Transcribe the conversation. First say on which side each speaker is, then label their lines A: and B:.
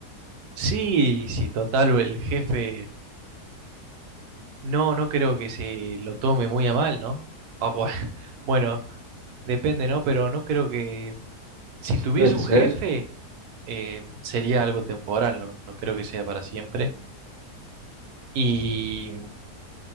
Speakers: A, on the right; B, on the right.
A: sí, sí, total, el jefe, no, no creo que se lo tome muy a mal, ¿no? Ah, bu- <laughs> bueno, depende, ¿no? Pero no creo que, si
B: pues
A: tuviese
B: puede
A: un
B: ser.
A: jefe, eh, sería algo temporal, ¿no? No creo que sea para siempre. Y,